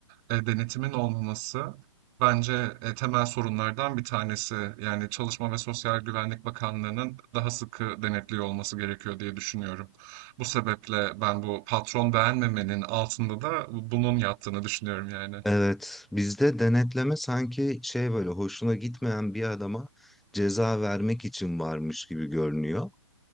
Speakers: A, on the right; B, in the centre.
A: eee, denetimin olmaması bence, eee, temel sorunlardan bir tanesi. Yani, Çalışma ve Sosyal Güvenlik Bakanlığı'nın daha sıkı denetliyor olması gerekiyor diye düşünüyorum. Bu sebeple ben bu patron beğenmemenin altında da bunun yattığını düşünüyorum yani.
B: evet bizde denetleme sanki şey böyle hoşuna gitmeyen bir adama ceza vermek için varmış gibi görünüyor.